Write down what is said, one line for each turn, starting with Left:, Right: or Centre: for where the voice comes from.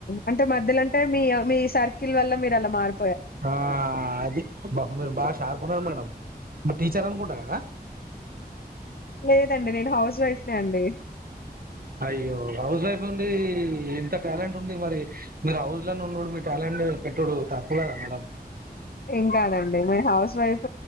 Left: అంటే మధ్యలో అంటే మీ మీ సార్కి ల్ వల్ల మీరు అలా మారు
Right: ఆ అది మీరు బాషా ారుకున్నారు <unintelligible> మేడం మీరు టీచర్ అనుకుంటా కదా
Left: లేదండి నేను హౌస్ వైఫ్ నే అండి
Right: అయ్యో హౌస్ వైఫ్ ఉండి ఇంత టాలెంట్ ఉంది మరి మీరు హౌస్ లోనే ఉండుడు మీ టాలెంట్ పెట్టుడు తప్పు కదా మేడం
Left: ఏంకాదండి మే హౌస్ వైఫ్